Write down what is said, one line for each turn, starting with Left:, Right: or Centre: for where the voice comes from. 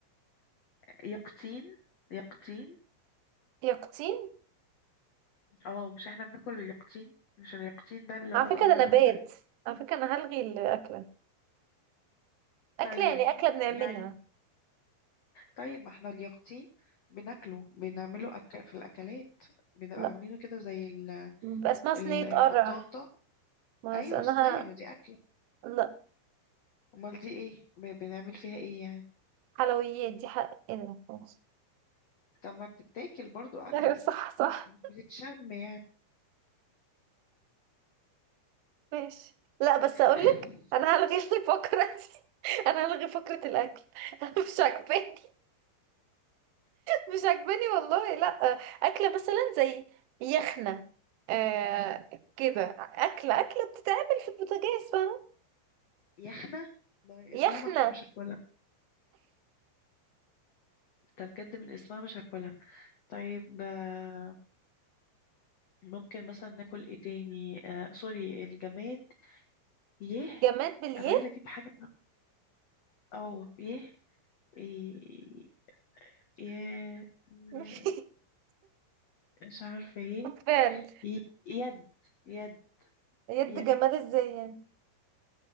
Left: يقطين يقطين
Right: يقطين
Left: اه مش احنا بناكل اليقطين مش اليقطين ده اللي
Right: على
Left: هو القرع
Right: فكرة ده
Left: العسل
Right: نبات على فكرة أنا هلغي الأكلة أكلة
Left: طيب
Right: يعني أكلة بنعملها
Left: يعني طيب ما احنا اليقطين بناكله بنعمله أك... في الأكلات بنبقى
Right: لا
Left: عاملينه كده زي ال...
Right: بيبقى اسمها صينية
Left: ال...
Right: قرع
Left: البطاطا
Right: ما
Left: أيوة
Right: أنا
Left: صينية
Right: ه-
Left: ما دي أكلة
Right: لا
Left: أمال دي ايه ب... بنعمل فيها ايه يعني
Right: حلويات دي حق ايه ده خلاص
Left: طب ما بتتاكل برضو
Right: <laughs>
Left: أكل
Right: ايوه صح صح
Left: مش بتتشم يعني
Right: ماشي لا بس اقول
Left: <laughs>
Right: لك انا هلغي الفقره دي <laughs> انا هلغي فقره الاكل <laughs> مش عاجباني مش عاجباني والله لا اكله مثلا زي يخنه آه كده اكله اكله بتتعمل في البوتاجاز فاهمه
Left: يخنة ده من اسمها
Right: يخنه
Left: مش مش هاكلها ده بجد من اسمها مش هاكلها طيب آه، ممكن مثلا ناكل ايه تاني آه سوري الجماد يه
Right: جماد باليه
Left: انا عايزة اجيب حاجة او يه إيه- يه م-
Right: <laughs>
Left: مش عارفة ايه
Right: فعلا
Left: ي- يد يد
Right: يد
Left: يد
Right: جماد ازاي يعني